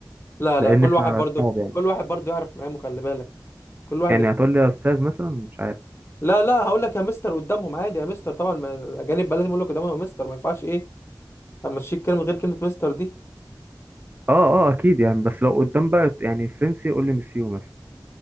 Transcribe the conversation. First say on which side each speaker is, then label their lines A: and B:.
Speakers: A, on the left; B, on the right.
A: لا
B: لان
A: لا كل
B: احنا
A: واحد برضو
B: اصحاب يعني
A: كل واحد برضو يعرف مقامه خلي بالك كل واحد
B: يعني هتقول لي يا استاذ مثلا مش عارف
A: لا لا هقول لك يا مستر قدامهم عادي يا مستر طبعا ما- الاجانب بقى لازم اقول لك قدامهم يا مستر ما ينفعش ايه امشيك كلمه غير كلمه مستر دي
B: اه اه اكيد يعني بس لو قدام بقى يعني فرنسي قول لي مسيو مثلا